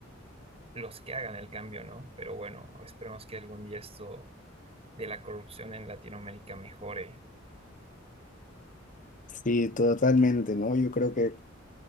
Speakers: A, on the right; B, on the left.
A: los que hagan el cambio, ¿no? Pero bueno, esperemos que algún día esto de la corrupción en Latinoamérica mejore.
B: Sí, totalmente, ¿no? Yo creo que